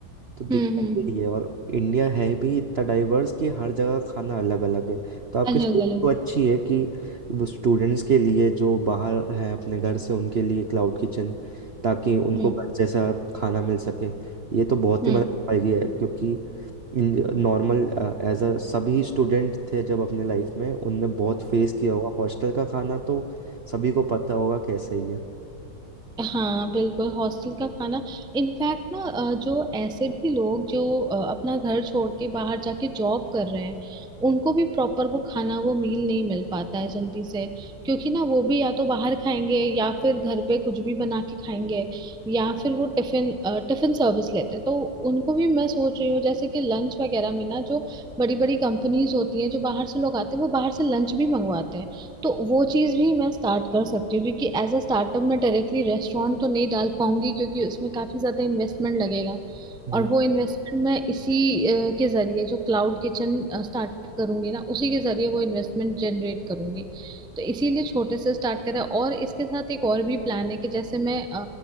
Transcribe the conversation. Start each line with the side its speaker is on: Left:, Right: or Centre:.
Right: तो दिक्कत
Centre: हम्म हम्म हम्म।
Right: यही है और इंडिया है भी इतना डाइवर्स कि हर जगह खाना अलग अलग है तो आपकी
Centre: अलग
Right: सोच
Centre: अलग
Right: तो अच्छी है कि वो स्टूडेंट्स के लिए जो बाहर हैं अपने घर से उनके लिए क्लाउड किचन ताकि उनको
Centre: हम्म
Right: घर जैसा खाना मिल सके ये तो बहुत
Centre: हम्म
Right: ही मदद पाएगी है क्योंकि नॉर्मल एज अ सभी स्टूडेंट थे जब अपने लाइफ में उनने बहुत फेस किया होगा हॉस्टल का खाना तो सभी को पता होगा कैसा ही है
Centre: हाँ बिल्कुल हॉस्टल का खाना इनफैक्ट ना अ, जो ऐसे भी लोग जो अ, अपना घर छोड़ के बाहर जाके जॉब कर रहे हैं उनको भी प्रॉपर वो खाना वो मील नहीं मिल पाता है जल्दी से क्योंकि ना वो भी या तो बाहर खाएंगे या फिर घर पे कुछ भी बना के खाएंगे या फिर वो टिफिन टिफिन सर्विस लेते हैं तो उनको भी मैं सोच रही हूँ जैसे कि लंच वगैरह में ना जो बड़ी बड़ी कंपनीज होती हैं जो बाहर से लोग आते हैं वो बाहर से लंच भी मंगवाते हैं तो वो चीज भी मैं स्टार्ट कर सकती हूँ क्योंकि एज अ स्टार्टअप मैं डायरेक्टली रेस्टोरेंट तो नहीं डाल पाऊंगी क्योंकि उसमें काफी ज्यादा इन्वेस्टमेंट लगेगा
Right: हम्म,
Centre: और वो इन्वेस्टमेंट मैं इसी अ, के जरिए जो क्लाउड किचन स्टार्ट करूंगी ना उसी के जरिए वो इन्वेस्टमेंट जनरेट करूंगी तो इसीलिए छोटे से स्टार्ट करा और इसके साथ एक और भी प्लान है कि जैसे मैं